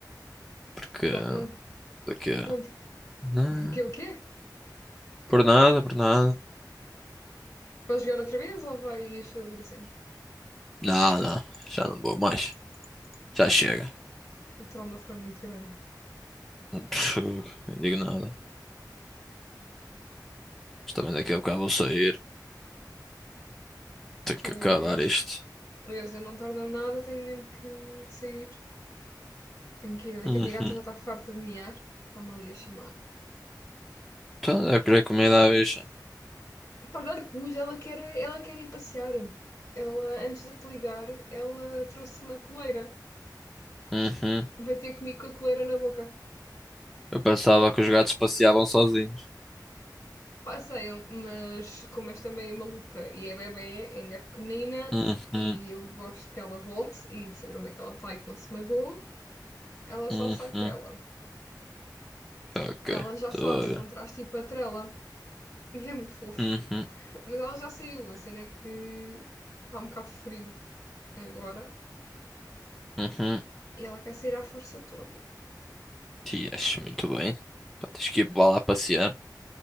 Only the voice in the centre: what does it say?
Porque.
Daqui a.
Não.
Por nada, por nada.
Não, não. Já não vou mais. Já chega.
Pff, Não digo nada. Mas também daqui a bocado vou sair. Tenho
que acabar
isto.
Uhum.
Então, eu queria comida à bicha.
Uhum.
Eu pensava que os gatos passeavam sozinhos.
Uhum.
Uhum.
Ok.
Estou
a
ver.
Uhum.
Uhum.
Te acho muito bem. Pá, tens que ir para lá passear.